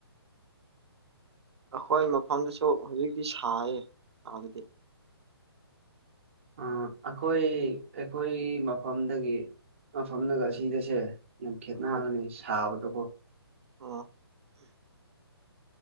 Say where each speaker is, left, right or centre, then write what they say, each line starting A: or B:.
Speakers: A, on the right; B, on the right.
A: ꯑꯩꯈꯣꯏ ꯃꯐꯝꯗꯁꯨ ꯍꯧꯖꯤꯛꯇꯤ ꯁꯥꯏꯌꯦ ꯁꯥꯕꯗꯤ
B: ꯑ ꯑꯩꯈꯣꯏ ꯑꯩꯈꯣꯏ ꯃꯐꯝꯗꯒꯤ ꯃꯐꯝꯗꯒ ꯑꯁꯤꯗꯁꯦ ꯌꯥꯝ ꯈꯦꯠꯅꯕꯅꯦ
A: ꯍꯣꯏ
B: ꯁꯥꯕꯗꯀꯣ
A: ꯑꯣ ꯎꯝ